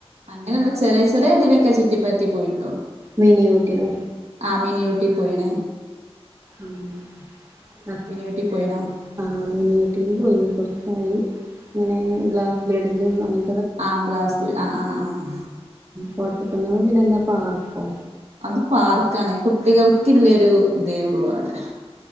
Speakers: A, on the right; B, on the right.
A: അങ്ങനെയുള്ള ചെറിയ ചെറിയ ഇതിലൊക്കെ ചുറ്റിപ്പറ്റി പോയിട്ടുള്ളു
B: രീനി യൂറ്റിവാ
A: ആമീനി ഊട്ടി പോയിണ
B: ങആ പോയി <unintelligible>
A: ഊട്ടി പോയിണോ
B: ഇരികൊറച്ചായി അങ്ങനെ ഗ്ലാസ് ബയ്ഡ് ഉം അങ്ങനെ
A: ആഹ ഗ്ലാസ് ബിൾ ആഹ ആഹ ആഹ
B: <unintelligible> പിന്നെ എന്താ പാർക്കോ
A: അത് പാർക്കാണ് കുട്ടികൾക്കില്ലേ ഒരു ഇതേ ഉള്ളൂ <unintelligible>